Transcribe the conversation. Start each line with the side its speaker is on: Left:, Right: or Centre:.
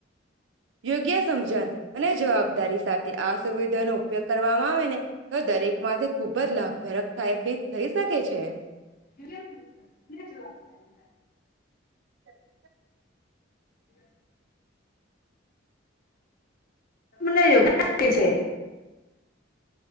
Right: યોગ્ય સમજણ અને જવાબદારી સાથે આ સુવિધાનો ઉપયોગ કરવામાં આવે ને તો દરેક માંથી ખુબ જ લાભદાયક થી <unintelligible> શકે છે.
Left: <inaudible>
Right: <inaudible>
Left: હ. ને યોગદાન આપે છે.